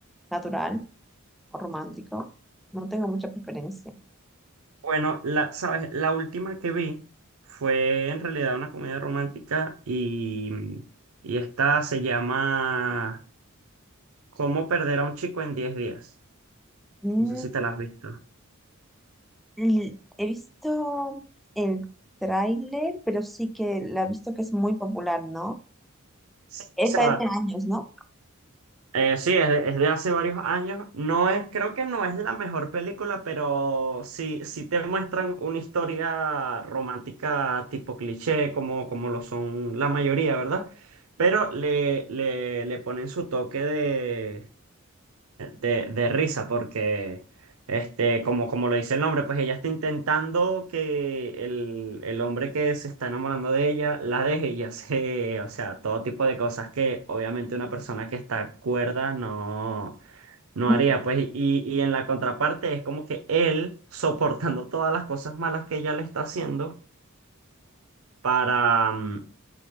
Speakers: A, in the centre; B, on the right (about 75°).
A: natural o romántico. No tengo mucha preferencia.
B: Bueno, la, ¿sabes? La última que vi fue en realidad una comedia romántica y, y esta se llama ¿Cómo perder a un chico en diez días?
A: Mm,
B: No sé si te la has visto.
A: l- he visto el tráiler, pero sí que la he visto que es muy popular, ¿no?
B: Sí, o
A: Esta
B: sea,
A: ya tiene años, ¿no?
B: Eh, sí, es de, es de hace varios años. No es, creo que no es la mejor película, pero sí, sí te muestran una historia romántica tipo cliché, como, como lo son la mayoría, ¿verdad? Pero le, le, le ponen su toque de, de risa porque, este, como, como lo dice el nombre, pues ella está intentando que el, el hombre que se está enamorando de ella la deje y hace, o sea, todo tipo de cosas que obviamente una persona que está cuerda no, no
A: <laughs>
B: haría. Pues, y, y en la contraparte es como que él soportando todas las cosas malas que ella le está haciendo para... mm,